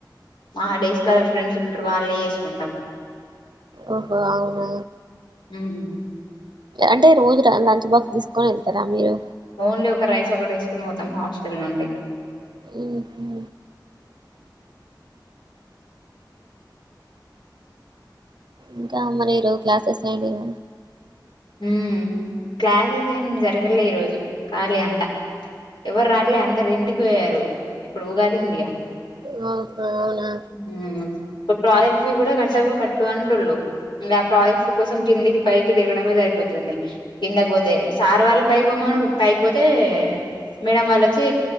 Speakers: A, on the left; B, on the right.
A: మా డేస్ కాలర్ ఫ్రెండ్స్ ఉంటారు వాళ్ళే చేసుకుంటాం
B: ఓహో అవునా
A: ఉమ్
B: అంటే రోజు లంచ్ బాక్స్ తీసుకుని వెళ్తారా మీరు
A: ఓన్లీ ఒక రైస్ ఒకటి వేసుకుని పోతాం హాస్టల్ నుండి
B: ఉహు ఇంకా మరి ఈరోజు క్లాసెస్ ఏంటి ఇగ
A: హు క్లాసెస్ ఏం జరగలే ఈరోజు ఖాళీ అంతా ఎవరు రాట్లే అందరు ఇంటికి పోయారు ఇప్పుడు ఉగాది ఉందిగా
B: కదా ఓహో అవునా
A: ఉ ఇ ప్రాజెక్ట్ ఫ కూడా కట్ట కట్టు అంటళ్ళు ఆ ప్రాజెక్ట్స్ కోసం కిందికి పైకి తిరగడమే జరిగింది తుంది కిందకిపోతే సార్ వాళ్ళు పైపోమనుడు పైకి పోతే మేడం వాళ్ళొచ్చి